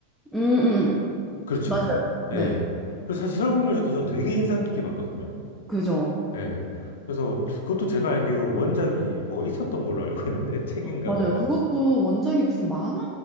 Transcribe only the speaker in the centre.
음, 음.
맞아요. 네.
그죠.
맞아요.
그것도 원작이 무슨 만화,